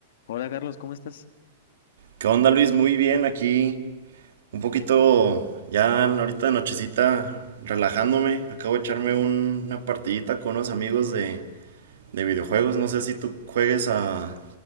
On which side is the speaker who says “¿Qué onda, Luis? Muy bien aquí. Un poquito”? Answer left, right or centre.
Right